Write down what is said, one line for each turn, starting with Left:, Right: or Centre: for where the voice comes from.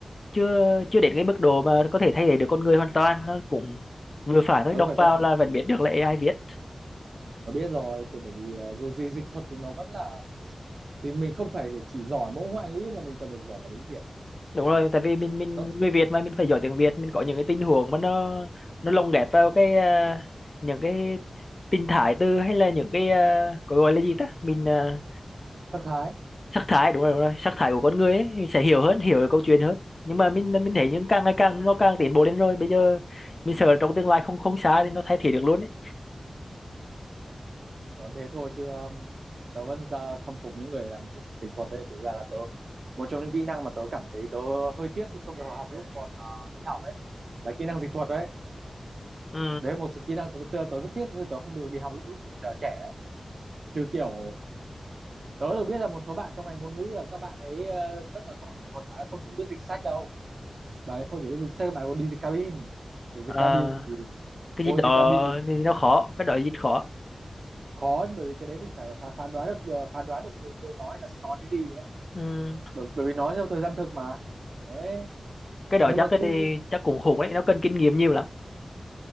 Left: chưa chưa đến cái mức độ mà có thể thay thế được con người hoàn toàn nó cũng vừa phải thôi
Right: tớ
Left: đọc
Right: phải
Left: vào
Right: cậu
Left: là vẫn biết được là AI viết
Right: tớ biết rồi thì bởi vì uh, dù gì dịch thuật thì nó vẫn là thì mình không phải chỉ giỏi mỗi ngoại ngữ mà mình cần phải giỏi cả tiếng Việt
Left: đúng rồi tại vì mình mình
Right: đó
Left: người Việt mà mình phải giỏi tiếng Việt mình có những cái tình huống mà nó nó lồng ghép vào cái à, những cái tình thái từ hay là những cái à, có gọi là gì ta mình à,
Right: sắc thái
Left: sắc thái đúng rồi đúng rồi sắc thái của con người ấy mình sẽ hiểu hơn hiểu được câu chuyện hơn nhưng mà mình mình thấy những càng ngày càng nó càng tiến bộ lên rồi bây giờ mình sợ trong tương lai không không xa thì nó thay thế được luôn ấy
Right: nói thế thôi chứ um, tớ vẫn uh, khâm phục những người làm dịch dịch thuật đấy thực ra là tớ một trong những kỹ năng mà tớ cảm thấy tớ hơi tiếc khi không được học lúc còn uh, đi học ấy là kỹ năng dịch thuật đấy
Left: ừ
Right: đấy là một kỹ năng tớ, tớ, rất tiếc khi tớ không được đi học lúc lúc còn trẻ đấy chứ kiểu tớ được biết là một số bạn trong ngành ngôn ngữ là các bạn ấy uh, rất là giỏi dịch thuật mà không chỉ biết dịch sách đâu bạn ấy không chỉ biết dịch sách các bạn còn đi dịch cabin Kiểu dịch
Left: à,
Right: cabin thì
Left: cái
Right: ôi
Left: gì đó
Right: dịch cabin thì
Left: thì nó khó cái đó gì khó
Right: khó bởi vì cái đấy mình phải phán đoán được ờ, phán đoán được người người nói ta sẽ nói cái gì ấy
Left: ừ.
Right: bởi, bởi vì nói theo thời gian thực mà đấy
Left: cái đó
Right: nhưng
Left: chắc
Right: mà cu
Left: chắc cũng khủng đấy nó cần kinh nghiệm nhiều lắm